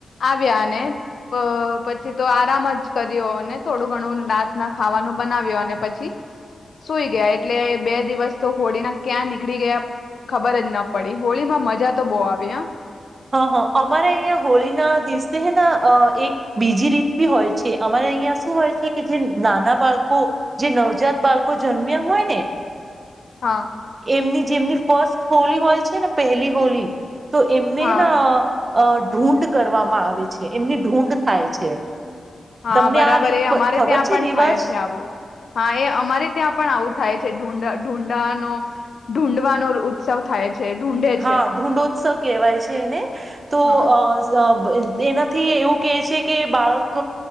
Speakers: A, on the left (about 55°); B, on the right (about 30°).
A: આવ્યા અને અ પછી તો આરામ જ કર્યો અને થોડું ઘણું રાતના ખાવાનું બનાવ્યો અને પછી સુઈ ગયા એટલે બે દિવસ તો હોળીના ક્યાં નીકળી ગયા ખબર જ ન પડી હોળીમાં મજા તો બહુ આવી હ
B: હા હા અમારે અહિયાં હોળી ના દિવસે હ એક બીજી રીત બી હોય છે અમારે અહિયાં શું હોય છે કે જે નાના બાળકો જે નવજાત બાળકો જન્મ્યા હોય ને
A: હા
B: એમની જેમની ફસ્ટ હોળ હોય છે ને પહેલી હોલી તો એમનું ના
A: હા
B: અ ઢૂઢ કરવામાં આવે છે એમની ઢૂઢ થાય છે.
A: હા
B: તમને
A: બરાબર
B: આ રીત
A: એ
B: પ-
A: અમારે
B: ખબર
A: ત્યાં
B: છે
A: પણ
B: રિવાજ
A: થાય છે આવું હા એ અમારે ત્યાં પણ આવું થાય છે ઢું ઢુંડાનો ઢૂઢવાનો ઉત્સવ થાય છે. ઢૂંઢે
B: હા
A: છે
B: ઢુંંડોત્સવ કહેવાય છે એને તો
A: હા
B: અ એના થી એવું કે છે કે બાળક